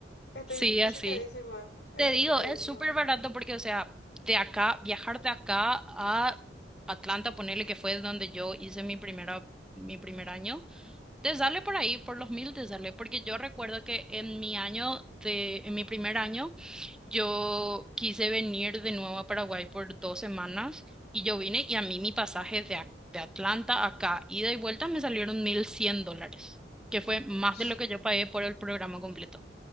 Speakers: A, on the left; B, in the centre.
A: Estoy
B: sí, así.
A: choqueadísima, estoy
B: Te digo,
A: choqueadísima.
B: es súper barato porque, o sea, de acá, viajar de acá a Atlanta, ponerle que fue donde yo hice mi primera, mi primer año, te sale por ahí, por los mil te sale, porque yo recuerdo que en mi año de, en mi primer año, Yo quise venir de nuevo a Paraguay por dos semanas y yo vine y a mí mi pasaje de, a- de Atlanta a acá, ida y vuelta, me salieron 1.100 dólares, que fue más
A: S-
B: de lo que yo pagué por el programa completo.